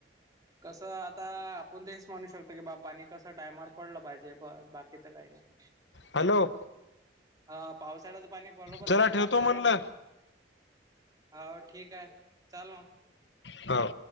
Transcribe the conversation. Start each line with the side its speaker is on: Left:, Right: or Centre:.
Right: कसं आता आपण तेच म्हणू शकतो की, बा पाणी कसं टायमावर पडलं पाहिजे. बर बाकीच काय नाय.
Left: हॅलो
Right: हा पावसाळ्याचं पाणी बरोबर
Left: चला
Right: टायमवर
Left: ठेवतो
Right: पडलं
Left: म्हणलं
Right: पाहिजे हव ठीक हाय, चाल मग.
Left: हां